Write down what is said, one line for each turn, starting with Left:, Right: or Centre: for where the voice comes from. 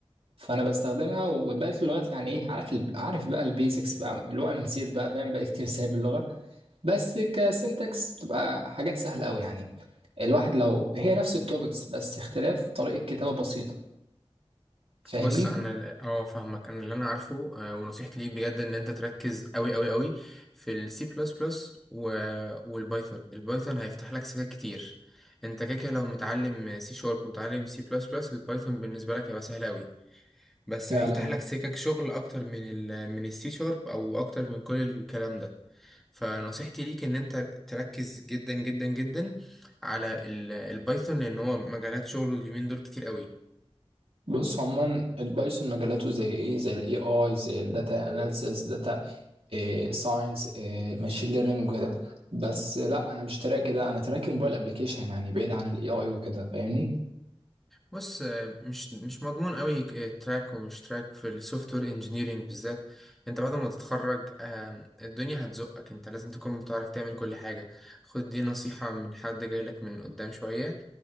Right: فانا بستخدمها وبقيت اللغات يعني ايه عارف ال- عارف بقى البيزكس بقى اللي هو انا نسيت بقى فاهم بقى كتير سايب اللغه بس كسنتكس بتبقى حاجات سهله قوي يعني الواحد لو هي نفس التوبكس بس اختلاف طريقه كتابه بسيطه فاهمني
Centre: بص انا ال- اه فاهمك انا اللي انا عارفه آه، ونصيحتي ليك بجد ان انت تركز قوي قوي قوي في السي بلس بلس والبايثون البايثون هيفتح لك سكات كتير انت كده كده لو متعلم سي شارب ومتعلم سي بلس بلس البايثون بالنسبه لك هيبقى سهل قوي بس
Right: فعلا
Centre: هيفتح لك سكك شغل اكتر من ال من السي شارب او اكتر من كل الكلام ده فنصيحتي ليك ان انت تركز جدا جدا جدا على ال- البايثون لان هو مجالات شغله اليومين دول كتير قوي
Right: بص هما البايثون مجالاته زي ايه زي الاي اي زي الداتا اناليسيس داتا ساينس ماشين ليرنينج وكده بس لا انا مش تراكي ده انا تراكي موبايل ابلكيشن يعني بعيد عن الاي اي وكده فاهمني
Centre: بص آه، مش مش مضمون قوي ك- تراك ومش تراك في السوفت وير انجينيرنج بالذات انت بعد ما تتخرج آم، الدنيا هتزقك انت لازم تكون بتعرف تعمل كل حاجه خد دي نصيحه من حد جايلك من قدام شويه